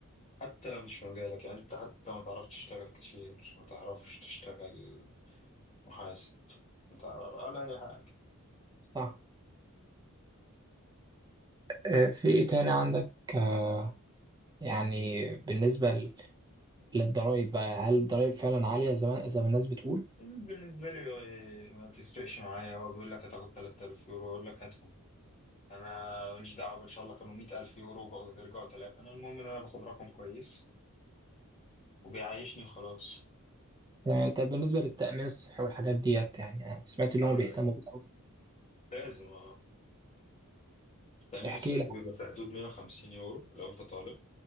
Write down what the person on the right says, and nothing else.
صح آه، في إيه تاني عندك آه، يعني بالنسبة للضرايب بقى هل الضرايب فعلا عالية زي ما زي ما الناس بتقول؟
آه، طب بالنسبة للتأمين الصحي والحاجات ديت يعني أنا سمعت إن
هم بيهتموا
بيه أوي
احكي
لي